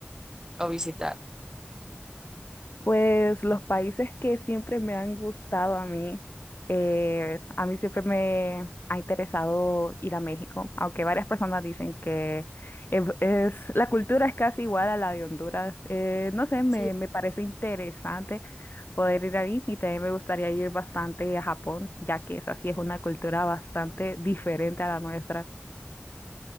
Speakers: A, on the right (about 15°); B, on the left (about 60°).
A: o visitar?
B: Pues los países que siempre me han gustado a mí, eh, a mí siempre me ha interesado ir a México, aunque varias personas dicen que es, es- la cultura es casi igual a la de Honduras. Eh, no sé, me,
A: Sí.
B: me parece interesante poder ir ahí y también me gustaría ir bastante a Japón, ya que esa sí es una cultura bastante diferente a la nuestra.